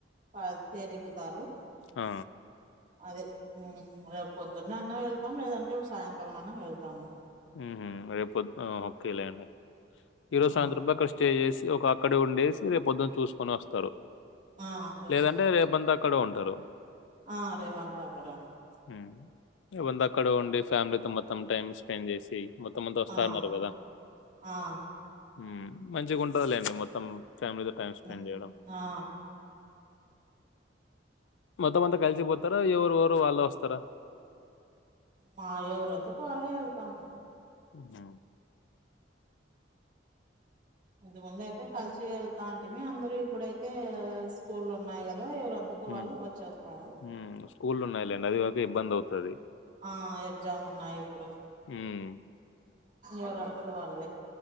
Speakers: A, on the right; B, on the left.
A: ప తేరు ఇగ్గుతారు.
B: అ
A: అదే రేపు పొద్దున్నే అన్న వెళ్తం, లేదంటే ఇపుడు సాయంకాలం అన్నా వెళ్తాము.
B: ఉహు రేపు పోద్, ఆ ఓకేలే అండి ఈరోజు
A: ఆ!
B: సాయంత్రం అక్కడ స్టే చేసి ఒక అక్కడ ఉండేసి, రేపు పొద్దున చూసుకొని వస్తారు.
A: ఆ! చూసుకోం.
B: లేదంటే రేపంతా అక్కడే ఉ టరు
A: ఆ రేపంతా అక్కడే
B: ఉమ్ రేపంతా అక్కడే ఉండి, ఫ్యామిలీతో మొత్తం టైం స్పెండ్ చేసి మొత్తం అంతా వస్తాన్నారు
A: ఆ!
B: కదా
A: ఆ!
B: మ్ మంచిగా ఉంటది లేండి మొత్తం, ఫ్యామిలీతో టైం స్పెండ్
A: హ్మ్.
B: చేయడం.
A: ఆ!
B: మొత్తం అంత కలిసిపోతారా, ఎవరు ఎవరు వాళ్లే వస్తారా?
A: మా ఎవరంతకు వాళ్లె వెళ్తాం మేము
B: ఉమ్
A: ఇంతకు ముందు అయితే కలిసి వెళ్తాంటిమి, అందులో ఇప్పుడైతే స్కూల్లు ఉన్నాయి క గా ఎవరు అంతట
B: హ్మ్.
A: వాళ్లు వచ్చేస్తారు.
B: హ్మ్. స్కూళ్ళున్నాయిలేండి. అది గాక ఇబ్బందవుతది
A: ఆ ఎగ్జామ్ ఉన్నాయి ఇప్పుడు.
B: హ్మ్.
A: ఎవరంతట వాళ్లే